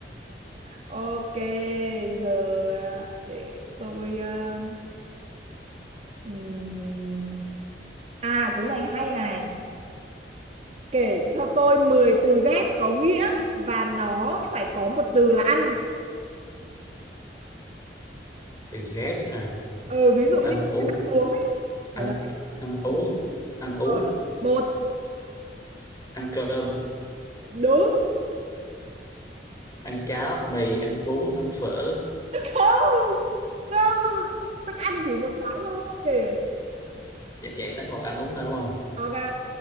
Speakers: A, on the right; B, on the left.
A: ok giờ à, để tôi ờ, ừm, à cái này hay này kể cho tôi 10 từ ghép có nghĩa và nó phải có một từ là ăn
B: từ ghép hả
A: ờ ví dụ
B: ăn
A: như
B: uống
A: ăn uống ấy kiểu
B: ăn
A: đấy
B: ăn uống ăn uống
A: Ờ, một
B: ăn cơm
A: đúng
B: ăn cháo mì ăn bún ăn phở
A: không không thức ăn chỉ một cái thôi
B: dạy, dạy tính một ăn uống thôi đúng không
A: ok